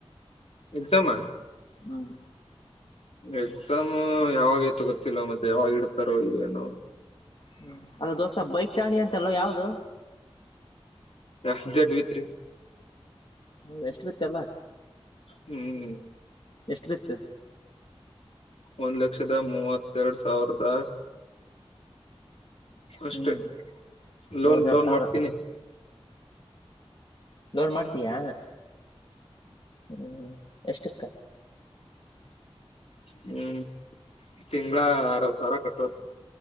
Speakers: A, on the left (about 85°); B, on the left (about 55°).
A: ಎಕ್ಸಾಮ್
B: ಹ್ಮ್
A: ಎಕ್ಸಾಮ್ ಯಾವಾಗ ಐತೋ ಗೊತ್ತಿಲ್ಲ ಮತ್ತೆ ಯಾವಾಗ ಇಡ್ತಾರೋ ಏನೋ.
B: ಹ್ಮ್ ಅಲ್ಲ ದೋಸ್ತ ಬೈಕ್ ತಗೊಂಡೆಅಂತಲೋ ಯಾವ್ದದು?
A: ಎಕ್ಷ ಜಡ್ ವಿ ತ್ರಿ
B: ಹೌದ ಎಷ್ಟು ಬಿತ್ತ ಏಲ್ಲಾ.
A: ಹ್ಮ್
B: ಎಷ್ಟು ಬಿತ್ತು
A: ಒಂದ್ ಲಕ್ಷದ ಮೂವತ್ತೆರಡು ಸಾವಿರದ ಅಷ್ಟೆ
B: ಹ್ಮ್
A: ಲೋನ್
B: ಮೂವತ್ತೆರಡು
A: ಲೋನ್
B: ಸಾವಿರ
A: ಮಾಡ್ಸಿನಿ.
B: ಲೋನ್ ಮಾಡ್ಸಿಯ
A: ಹ
B: ಹ್ಮ್ ಎಷ್ಟಕ್ಕ.
A: ಹ್ಮ್ ತಿಂಗಳ ಆರ ಏಳ ಸಾವರ ಕಟ್ಟೋದು.